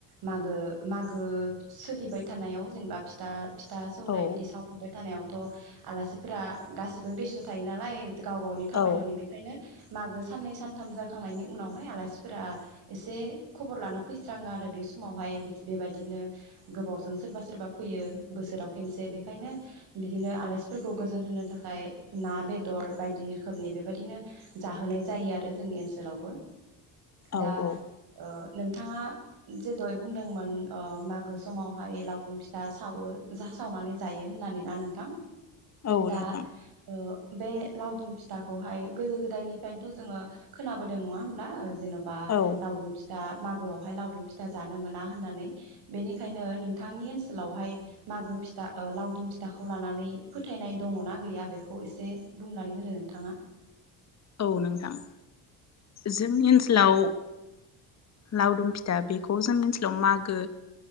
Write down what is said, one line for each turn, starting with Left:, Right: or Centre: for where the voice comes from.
Right: मागो मागो सोलिबाय थानायाव जेनेबा फिथा फिथा सौरायाइ
Left: औ
Right: बिदि सावफुबाय थानायाव थ' आलासिफोरा गासिबो बेस्थ' थायो नालाय गाव गावनि खामानियावनो
Left: औ
Right: बेखायनो मागो साननै सान थाम जाखांनायनि उनावहाय आलासिफोरा एसे खबर लानो फैस्राङो आरो बे समावहाय बेबायदिनो गोबावजों सोरबा सोरबा फैयो बोसोराव खेनसे बेखायनो बिदिनो आलासिफोरखौ गोजोन होनो थाखाय ना बेदर बायदि रोखोमनि बेबायदिनो जाहोनाय जायो आरो <unintelligible> जोंनि ओनसोलावबो
Left: औ
Right: दा
Left: औ
Right: ओ नोंथाङा जे दहाय बुंदोंमोन ओ मागो समावहाय लावदुम फिथा सावो जा सावनानै जायो होननानै ना नोंथां?
Left: औ
Right: दा
Left: नोंथां
Right: ओ बे लावदुम फिथाखौहाय गोदो गोदायनिफ्रायनोथ' जोङो। खोनाबोदों नङा होमब्ला? जेन'बा
Left: औ
Right: लावदुम फिथा मागोआवहाय लावदुम फिथा जानो मोना होननानै बेनिखायनो नोंथांनि ओनसोलावहाय मागो फिथा ओ लावदुम फिथाखौ लानानै फोथायनाय दङना गैया बेखौ एसे बुंनानै होदो नोंथाङा
Left: औ नोंथां जोंनि ओनसोलाव लावदुम फिथा बेखौ जोंनि ओनसोलाव मागो